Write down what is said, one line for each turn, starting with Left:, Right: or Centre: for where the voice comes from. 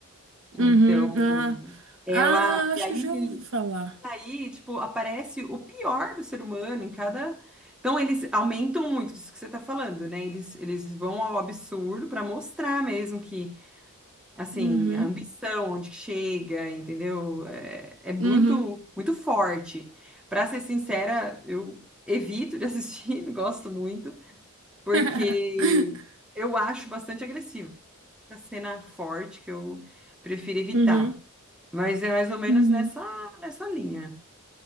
Centre: Então,
Right: Uhum. Ah,
Centre: ela.
Right: ah, acho
Centre: E aí,
Right: que eu já
Centre: e
Right: ouvi falar.
Centre: aí, tipo, aparece o pior do ser humano em cada. Então, eles aumentam muito isso que você está falando, né? Eles, eles vão ao absurdo para mostrar mesmo que. Assim,
Right: Uhum.
Centre: a ambição, onde que chega, entendeu? É, é muito,
Right: Uhum.
Centre: muito forte. Pra ser sincera, eu evito de assistir, <laughs> não gosto muito, porque
Right: <laughs>
Centre: eu acho bastante agressivo. Muita cena forte que eu prefiro evitar.
Right: Uhum.
Centre: Mas é mais ou menos
Right: Uhum.
Centre: nessa, nessa linha.